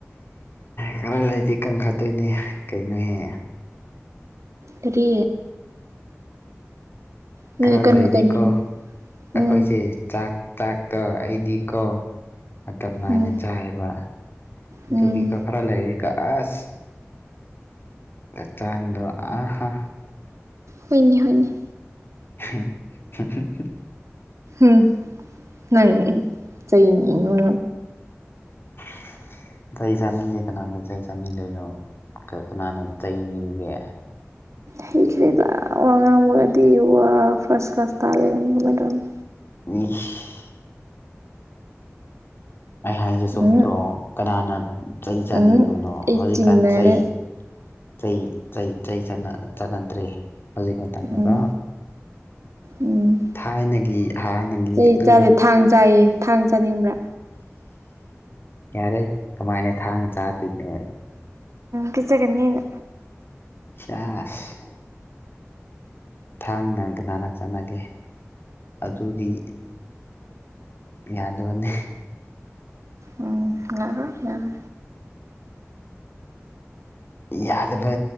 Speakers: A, on the left (about 50°); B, on the right (about 75°).
A: ꯈꯔ ꯂꯩꯗꯤ ꯀꯟꯈꯠꯇꯣꯏꯅꯦ ꯀꯩꯅꯣꯍꯦ
B: ꯀꯔꯤ ꯅꯣꯏꯅ
A: ꯀꯔꯂꯩꯗꯤꯀꯣ
B: ꯀꯟꯕ ꯇꯥꯏꯃꯤꯡ
A: ꯑꯩꯈꯣꯏꯁꯦ
B: ꯎꯝ
A: ꯆꯥꯛ ꯆꯥꯛꯇꯣ ꯑꯩꯗꯤꯀꯣ ꯃꯇꯝ ꯅꯥꯏꯅ
B: ꯎꯝ
A: ꯆꯥꯏꯑꯦꯕ ꯑꯗꯨꯒꯤ
B: ꯎꯝ
A: ꯀꯣ ꯈ꯭ꯔ ꯂꯩ ꯀꯥ ꯑꯁ ꯍꯛꯆꯥꯡꯗꯣ ꯑꯍꯥ
B: ꯍꯣꯏꯅꯤ ꯍꯣꯏꯅꯤ
A: <inaudible>
B: ꯎꯝ ꯅꯪ ꯆꯩ ꯅꯤꯕ
A: <inaudible> ꯆꯩ ꯆꯥꯅꯤꯡꯗꯦ ꯀꯅꯥꯅ ꯆꯩ ꯆꯥꯅꯤꯡꯗꯣꯏꯅꯣ ꯀꯅꯥꯅ ꯆꯩ ꯅꯤꯕꯨꯒꯦ
B: ꯍꯩꯈ꯭ꯔꯦꯗ ꯋꯥꯉꯥꯡꯒꯗꯤ ꯋꯥ ꯐ꯭ꯔꯥꯁ ꯀ꯭ꯂꯥꯁ ꯇꯥ ꯂꯩꯔꯝꯃꯦ ꯀꯃꯥꯏ ꯇꯧꯅꯤ
A: ꯎꯏꯁ ꯑꯩ ꯍꯥꯏꯁꯦ
B: ꯇꯧꯅꯤ
A: ꯆꯨꯝꯗ꯭ꯔꯣ
B: ꯎꯝ
A: ꯀꯅꯥꯅ ꯆꯩ ꯆꯥꯅꯤꯡꯗꯣꯏꯅꯣ
B: ꯎꯝ ꯑꯩ
A: ꯍꯧꯖꯤꯛꯀꯥꯟ
B: ꯆꯤꯡꯅꯔꯦ
A: ꯆꯩ ꯆꯩ ꯆꯩ ꯆꯩ ꯆꯥꯟꯅꯗ꯭ꯔꯦ ꯍꯧꯖꯤꯛ ꯃꯇꯝꯗꯀꯣ
B: ꯎꯝ ꯎꯝ
A: ꯊꯥꯏꯅꯒꯤ ꯍꯥꯟꯅꯒꯤ
B: ꯆꯩ
A: ꯑꯗꯨ
B: ꯆꯥꯗꯦ ꯊꯥꯡ ꯆꯥꯌꯦ ꯊꯥꯡ ꯆꯥꯅꯤꯡꯕ꯭ꯔꯥ
A: ꯌꯥꯔꯦ ꯀꯃꯥꯏꯅ ꯊꯥꯡꯅ ꯆꯥꯗꯣꯏꯅ
B: ꯄꯤꯖꯒꯅꯤ ꯑꯩꯅ
A: ꯆꯥꯁ ꯊꯥꯡꯅ ꯀꯅꯥꯔꯛ ꯆꯥꯟꯅꯒꯦ ꯑꯗꯨꯗꯤ ꯌꯥꯗꯕꯅꯤ
B: ꯎꯝ ꯌꯥꯔꯣ ꯌꯥꯔ
A: ꯌꯥꯗꯕ